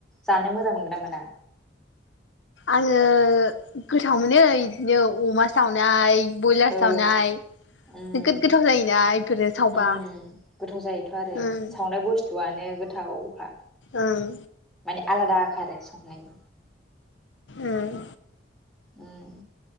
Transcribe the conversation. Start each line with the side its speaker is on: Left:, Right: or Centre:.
Centre: जानो मोजां मोनगोन ना मोना?
Left: आङो गोथाव मोनो बिदिनो अमा सावनाय। ब्रयलार
Centre: औ
Left: सावनाय
Centre: उम
Left: नोगोद गोथाव जायोना बेफोरो सावबा।
Centre: उम गोथाव जायोथ' आरो
Left: ओं
Centre: सावनाय बुस्थु। आनो गोथावखा
Left: ओं
Centre: माने आलादा आरो संनायनि।
Left: ओम।
Centre: उम